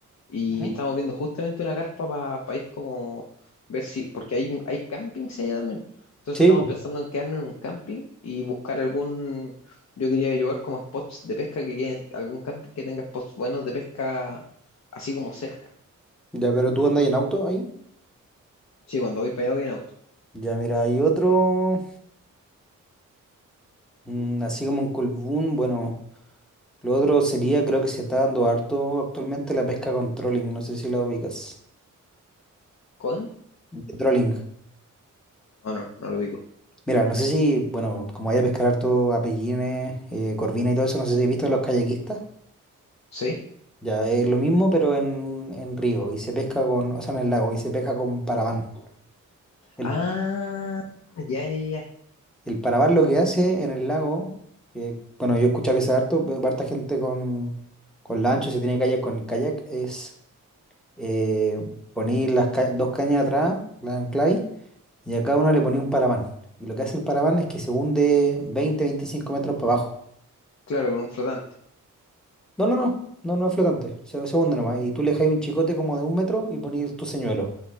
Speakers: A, on the left (about 55°); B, in the centre.
A: y
B: Ujú.
A: estamos viendo justamente una carpa para ir como ver si, porque hay, un- hay campings allá también. Entonces
B: Sí,
A: estamos
B: po.
A: pensando en quedarnos en un camping y buscar algún, yo quería averiguar como spots de pesca que queden, algún camping que tenga spots buenos de pesca así como cerca.
B: Ya, pero tú andas en auto ahí.
A: Sí, cuando voy para allá voy en auto.
B: Ya, mira, hay otro, mm, así como un colbún, bueno, lo otro sería, creo que se está dando harto actualmente la pesca con trolling, no sé si la ubicas.
A: ¿Con?
B: De Trolling.
A: No, no, no lo ubico.
B: Mira, no sé si, bueno, como hay a pescar harto a pellines, eh, corvina y todo eso, no sé si has visto a los kayakistas.
A: ¿Sí?
B: Ya, es lo mismo, pero en, en río y se pesca con, o sea, en el lago y se pesca con parabán. El,
A: Ah, ya, ya, ya.
B: el parabán lo que hace en el lago, que, bueno, yo he escuchado que se harto, veo harta gente con, con lancho, si tiene kayak con kayak, es eh, poner las ca- dos cañas atrás, las ancláis, y a cada una le ponía un parabán. Y lo que hace el parabán es que se hunde 20, 25 metros para abajo.
A: Claro, con un flotante.
B: No, no, no, no, no es flotante, se, se hunde nomás. Y tú le dejas un chicote como de un metro y pones tu señuelo.